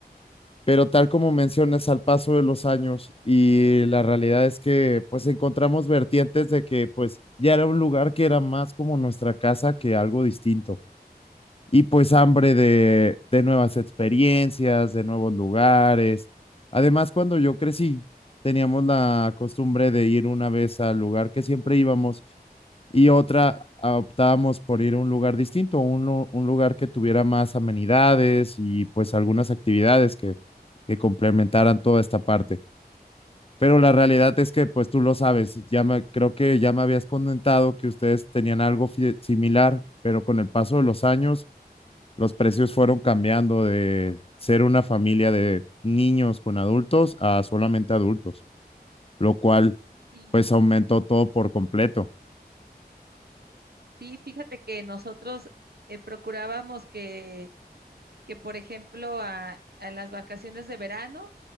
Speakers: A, on the left; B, on the right.
A: Pero tal como mencionas, al paso de los años y la realidad es que pues encontramos vertientes de que pues ya era un lugar que era más como nuestra casa que algo distinto y pues hambre de, de nuevas experiencias, de nuevos lugares. Además, cuando yo crecí, teníamos la costumbre de ir una vez al lugar que siempre íbamos y otra ah, optábamos por ir a un lugar distinto, un, lu- un lugar que tuviera más amenidades y pues algunas actividades que, que complementaran toda esta parte. Pero la realidad es que, pues tú lo sabes, ya me, creo que ya me habías comentado que ustedes tenían algo fi- similar, pero con el paso de los años los precios fueron cambiando de ser una familia de niños con adultos a solamente adultos, lo cual
B: Y
A: pues aumentó todo por completo.
B: sí, fíjate que nosotros eh, procurábamos que que, por ejemplo, a, a las vacaciones de verano